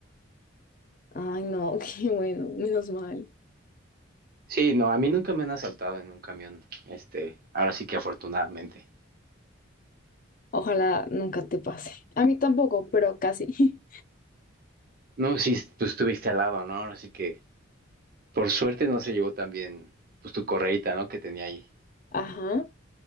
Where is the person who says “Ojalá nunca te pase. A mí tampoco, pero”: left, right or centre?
Left